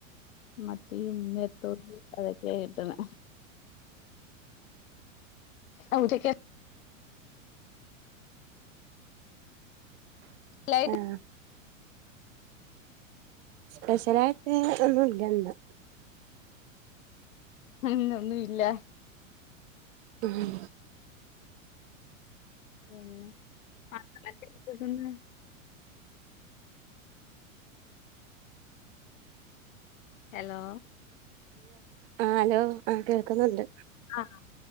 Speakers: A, on the left; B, on the right.
A: മറ്റേ ഈ ഇമ്മരെ തോട്ട്. അതെ കേട്ട്ണ്. അന്റെക്കെ ലൈട്ട്
B: ആഹ് സ്പെഷ്യലായിട്ട് ഒന്നും ഇല്ല ഇണ്ടോ?
A: ഉം ഒന്നു ഇല്ല
B: ഉം
A: പിന്നെ <unintelligible> എലോ
B: ആഹ് ഹലോ ആഹ് കേക്കുന്നുണ്ട്
A: ആഹ്